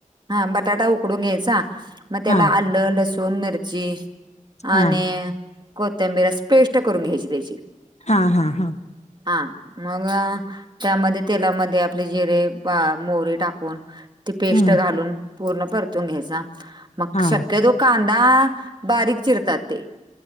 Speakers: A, on the right; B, on the left.
A: हा बटाटा उकडून घ्यायचा. मग त्याला
B: हा
A: आलं, लसूण, मिरची
B: हा
A: आणि कोथंबीर असे पेष्ट करून घ्यायची त्याची.
B: हा हा हा.
A: हा, मग त्यामध्ये, तेलामध्ये आपले जिरे बा मोरी टाकून पेस्ट
B: हम्म
A: घालून, पूर्ण परतून घ्यायचा. मग
B: हा
A: शक्यतो कांदा बारीक चिरतात ते.